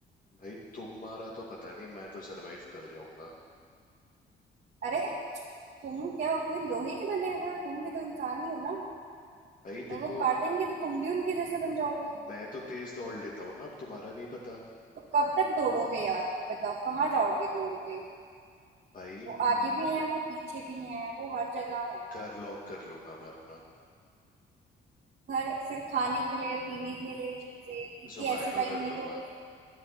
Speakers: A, on the left; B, on the right.
A: भाई तुम्हारा तो पता नहीं मैं तो सरवाइव कर जाऊंगा
B: अरे तुम क्या कोई लोहे के बने हुए हो तुम भी तो इंसान ही हो ना
A: भाई
B: तुम्हें
A: देखो
B: वो काटेंगे तो तुम भी उनके जैसे बन जाओगे
A: मैं तो तेज दौड़ लेता हूँ ना अब तुम्हारा नहीं पता
B: तो कब तक दौड़ोगे यार बताओ कहाँ जाओगे दौड़ के
A: भाई
B: वो
A: म,
B: आगे भी हैं वो पीछे भी हैं वो हर जगह है
A: घर लॉक कर लूंगा मैं अपना
B: घर फिर खाने के लिए पीने के लिए चीजें क्योंकि
A: जोमैटो
B: ऐसे टाइम
A: कर
B: में
A: लूंगा
B: तो